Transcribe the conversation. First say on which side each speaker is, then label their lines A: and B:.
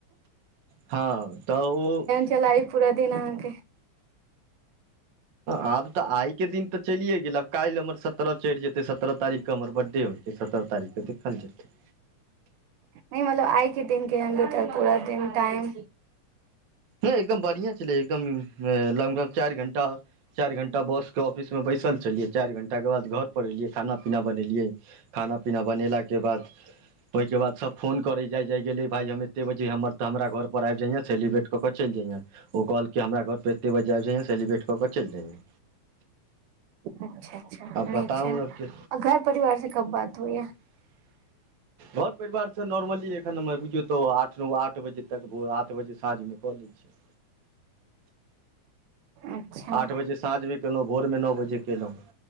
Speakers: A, on the right (about 50°); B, on the right (about 80°).
A: <inaudible> हँ त ओ
B: चलाइ पूरा दिन अहाँके।
A: आब त आइके दिन त चलिए गेल आब काल्हि हमर सत्ररह चढ़ि जेतै। सत्रह तारीखके हमर बर्थडे होैइ जे सत्तरह तारीखके देखल जेतै।
B: नै मतलब आइ के दिन केहेन बीतल पूरा दिन टाइम।
A: नै एकदम बढ़िएं छलै। एकदम लगभग चारि घण्टा चारि घण्टा बासके ऑफिसमे बैसल छलियै। चारि घण्टाके बाद घरपर एलियै खाना पीना बनेलियै। खाना -पीना बनेला के बाद, ओइ के बाद सब फोन करेै जाय -जाय गेलै। भाइ हम एते बजे हमर त हमरा घर पर आबि जैहे सेलिब्रेट क के चलि जैहें। ओ कहलकै हमरा घर पर एते बजे आबि जैहें सेलिब्रेट क क चैल जैहें।
B: अच्छा-अच्छा नीक
A: बताउ
B: छें
A: आब कि
B: आ घर परिवारसं कब बात होइया।
A: घर परिवार स नॉर्मली एखन हमर बुझियौ त आठ न ओ आठ बजे तक भोर आठ बजे साँझमे क लै छिअइ।
B: अच्छा
A: आठ बजे साँझमे केलौं, भोर मे न बजे केलौं।